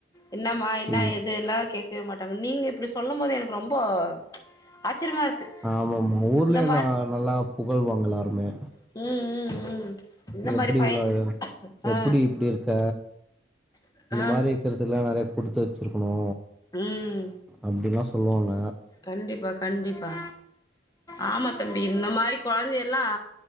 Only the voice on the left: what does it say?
என்னமா என்ன
ஏது எல்லா கேட்கவே மாட்டாங்க நீங்க இப்டி சொல்லம்போது எனக்கு ரொம்போ ச் ஆச்சிரிமா இருக்கு
மாரி
ம் ம் ம் இந்த
மாரி பையன்
ஆ
ஆ
உம்
கண்டிப்பா கண்டிப்பா ஆமா தம்பி இந்த மாரி குழந்தையல்லா